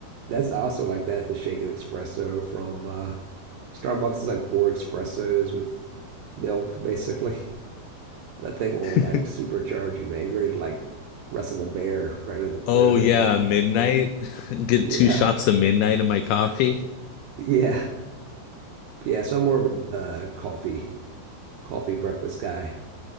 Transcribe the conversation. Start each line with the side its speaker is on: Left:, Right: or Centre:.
Right: That's also like that, the shaken espresso from uh, Starbucks is like four espressos with milk, basically. That thing will like
Left: <laughs>
Right: supercharge you, man. You're ready to like wrestle a bear right out of the
Left: Oh
Right: right out
Left: yeah,
Right: of bed.
Left: midnight. <laughs> Get
Right: Yeah,
Left: two shots of midnight in my coffee.
Right: yeah, yeah. So I'm more of a uh, coffee coffee breakfast guy.